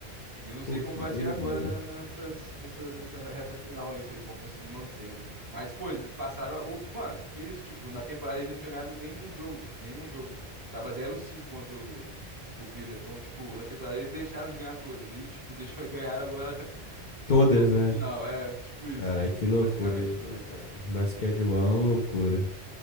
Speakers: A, on the right; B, on the left.
A: e eu não
B: Pô,
A: sei como
B: que
A: que vai
B: doideira.
A: ser agora na- nessas, nessa, nessa reta final aí, se eles vão conseguir manter, né? Mas, pô, eles passaram. O... Mano, que isso? Tipo, na temporada eles não tinham ganhado nenhum jogo. Nenhum jogo. Tava zero cinco contra o, o Cleveland. Então, tipo, na temporada eles deixaram de ganhar todas. E, tipo, <laughs> deixou ganhar agora <laughs>
B: Todas,
A: no, no
B: né?
A: final. É, tipo isso.
B: Caralho, que loucura
A: Praticamente
B: isso,
A: todas.
B: né, cara? Basquetebol é uma loucura.